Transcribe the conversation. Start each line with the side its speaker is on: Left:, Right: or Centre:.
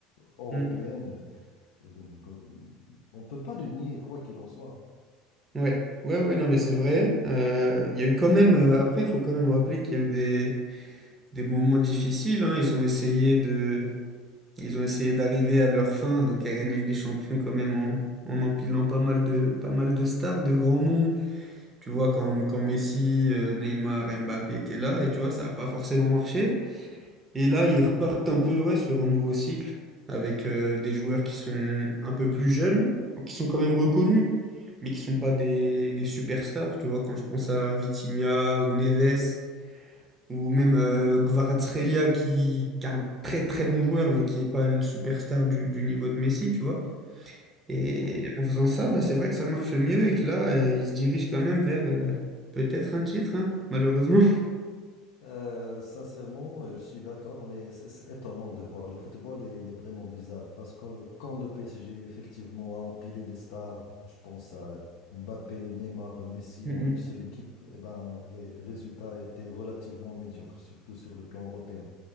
Left: européenne.
Right: Mm.
Left: Euh, de- de- On ne peut pas le nier, quoi qu'il en soit.
Right: Ouais, ouais, ouais, non, mais c'est vrai. Euh, Il y a eu quand même, euh, après, il faut quand même rappeler qu'il y a eu des, des moments difficiles. hein. Ils ont essayé de, ils ont essayé d'arriver à leur fin, donc à gagner avec des champions quand même en, en empilant pas mal de, pas mal de stars, de grands noms. Tu vois, quand, quand Messi, euh, Neymar, Mbappé étaient là, et tu vois, ça n'a pas forcément marché. Et là, ils repartent un peu ouais, sur un nouveau cycle, avec euh, des joueurs qui sont un peu plus jeunes, qui sont quand même reconnus, mais qui sont pas des, des superstars. Tu vois, quand je pense à Vitinha ou Neves, ou même euh, Kvaratskhelia, qui, qui est un très très bon joueur, mais qui n'est pas une superstar du, du niveau de Messi, tu vois. Et en faisant ça, bah, c'est vrai que ça marche mieux et que là, euh, il se dirige quand même vers euh, peut-être un titre, hein, malheureusement.
Left: Euh, sincèrement, euh, je suis d'accord, mais c'est c'est étonnant de voir. Le football, est- il est vraiment bizarre parce que quand le PSG effectivement a empilé les stars, je pense à Mbappé, Neymar, Messi
Right: Mm,
Left: en une seule équipe, eh ben, les résultats étaient relativement médiocres, surtout sur le plan européen.